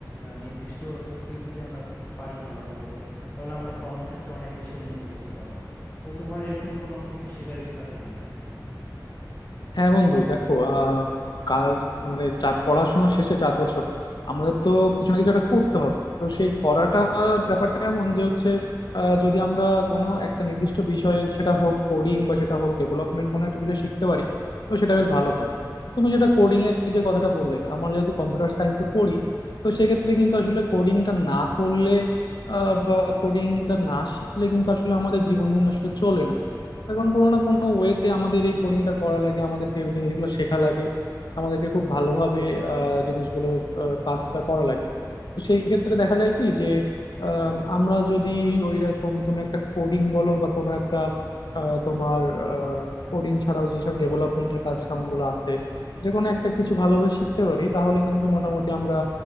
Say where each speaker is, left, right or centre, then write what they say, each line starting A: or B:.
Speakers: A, on the left; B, on the left.
A: আহ, নির্দিষ্ট স্কিল যদি আমরা পারি ভালো মতো তাহলে আমরা কর্মক্ষেত্রে অনেক বেশি উন্নতি করতে পারবো তো তোমার এরকম কোনো কিছু শেখার ইচ্ছা আছে কিনা
B: হ্যাঁ বন্ধু দেখো আহ কাল মানে চা- পড়াশোনা শেষে চার বছর আমাদের তো কিছু না কিছু একটা করতে হবে তো সেই করাটা ব্যাপারটা এমন যে হচ্ছে আহ, যদি আমরা কোনো একটা নির্দিষ্ট বিষয়ে সেটা হোক কোডিং বা সেটা হোক ডেভেলপমেন্ট কোনো একটা বিষয় শিখতে পারি তো সেটা বেশ ভালো হয় তুমি যেটা কোডিং এর যে কথাটা বললে আমরা যেহেতু কম্পিউটার সায়েন্সে পড়ি তো সেক্ষেত্রে কিন্তু আসলে কোডিংটা না করলে আহ, বা কোডিংটা না শিখলে কিন্তু আসলে আমাদের জীবন আসলে চলে না এখন কোনো না কোনো ওয়েতে আমাদের এই কোডিংটা করা লাগে আমাদেরকে এই জিনিসগুলো শেখা লাগে আমাদেরকে খুব ভালোভাবে আহ, জিনিসগুলোর আহ, কাজটা করা লাগে তো সেই ক্ষেত্রে দেখা যায় কি যে আম, আমরা যদি ওই রকম কোনো একটা কোডিং বলো বা কোনো একটা আহ, তোমার কোডিং ছাড়াও যেসব ডেভেলপমেন্টের কাজ কামগুলো আছে যে কোনো একটা কিছু ভালোভাবে শিখতে পারি তাহলে কিন্তু মোটামুটি আমরা